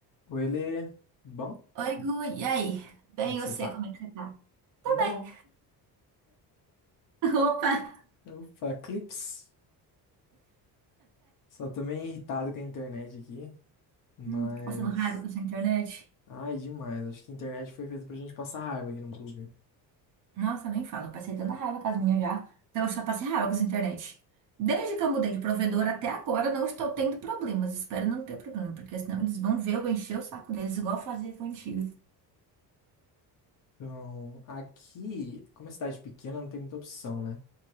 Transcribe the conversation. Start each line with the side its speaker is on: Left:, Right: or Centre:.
Left: Oi, Lê. Tudo bom?
Right: Oi, Gui. E aí? Bem,
Left: Como é que
Right: e você,
Left: você tá?
Right: como é que você tá?
Left: Tô
Right: Tá
Left: bom.
Right: bem. <laughs> Opa!
Left: Opa, clips. Só tô meio irritado com a internet aqui, mas...
Right: Hum, passando raiva com essa internet?
Left: Ai, demais. Acho que a internet foi feita pra gente passar raiva aqui no Brasil.
Right: Nossa, nem falo. eu Passei tanta raiva com as minhas já. Então eu só passei raiva com essa internet. Desde que eu mudei de provedor até agora, não estou tendo problemas. Espero não ter problema, porque senão eles vão ver eu encher o saco deles, igual fazer com o antigo.
Left: Então, aqui, como é cidade pequena, não tem muita opção, né?